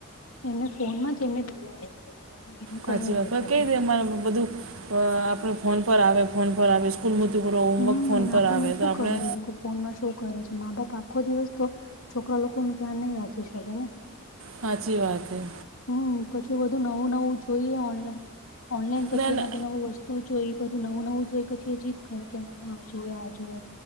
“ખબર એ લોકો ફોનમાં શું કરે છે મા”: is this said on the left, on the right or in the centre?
Left